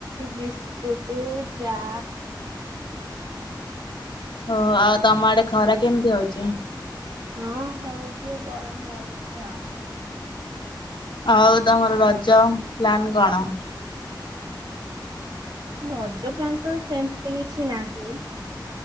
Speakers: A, on the right; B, on the left.
A: ବିସ୍କୁଟ ଚା।
B: ଓହୋ ଆଉ ତମ ଆଡେ ଖରା କେମିତି ହଉଚି?
A: ହଁ ହଉଚି ଗରମ ଲାଗୁଚି ଆଉ।
B: ଆଉ ତମର ରଜ ପ୍ଲାନ କଣ?
A: ରଜ ପ୍ଲାନ ତ ସେମିତି କିଛି ନାହିଁ।